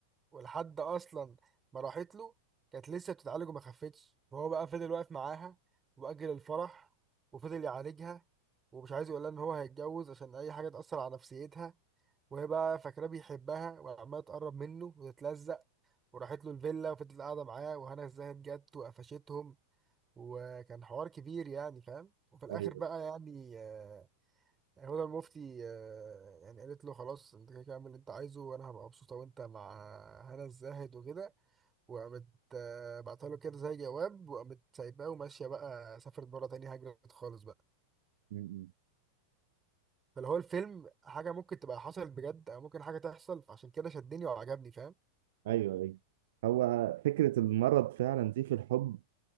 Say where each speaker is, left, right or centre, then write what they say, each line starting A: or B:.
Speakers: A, on the right; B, on the right.
A: ولحد اصلا ما راحت له كانت لسه بتتعالج وما خفتش فهو بقى فضل واقف معاها واجل الفرح وفضل يعالجها ومش عايز يقول لها ان هو هيتجوز عشان اي حاجه تاثر على نفسيتها وهي بقى فاكراه بيحبها وعماله تقرب منه وتتلزق وراحت له الفيلا وفضلت قاعده معاه وهنا ازاي جت وقفشتهم وكان حوار كبير يعني فاهم وفي الاخر
B: ايوه
A: بقى يعني آه، هدى المفتي آه، يعني قالت له خلاص انت كده كده اعمل اللي انت عايزه وانا هبقى مبسوطه وانت مع هنا الزاهد وكده وقامت آه، بعتها له كده زي جواب وقامت سايباه وماشيه بقى سافرت بره تاني هجرت خالص بقى
B: م- م.
A: فاللي هو الفيلم حاجه ممكن تبقى حصلت بجد او ممكن حاجه تحصل فعشان كده شدني وعجبني فاهم
B: ايوه ايوه هو فكره المرض فعلا دي في الحب